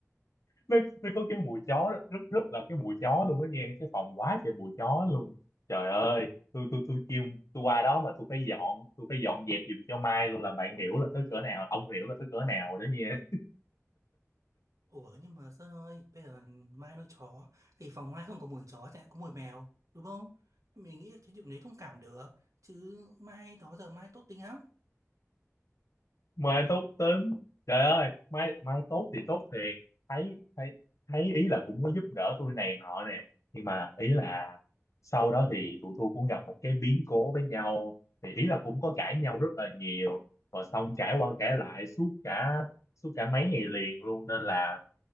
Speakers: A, on the left (about 70°); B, on the right (about 85°).
A: nó nó có cái mùi chó đó, rất rất là cái mùi chó luôn đó nha cái phòng quá trời mùi chó luôn trời ơi tôi tôi tôi kêu tôi qua đó mà tôi phải dọn tôi phải dọn dẹp giùm cho Mai luôn là bạn hiểu là tới cỡ nào ông hiểu là tới cỡ nào đó nha
B: Ủa nhưng mà Sơn ơi, bây giờ Mai nuôi chó thì phòng Mai không có mùi chó chạy có mùi mèo, đúng không? Mình nghĩ là cái chuyện đấy thông cảm được, chứ Mai đó giờ Mai tốt tính lắm.
A: mai tốt tính trời ơi mai mai tốt thì tốt thiệt thấy thấy thấy ý là cũng có giúp đỡ tôi này nọ nè nhưng mà ý là sau đó thì tụi tôi cũng gặp một cái biến cố với nhau thì ý là cũng có cãi nhau rất là nhiều và xong cãi qua cãi lại suốt cả suốt cả mấy ngày liền luôn nên là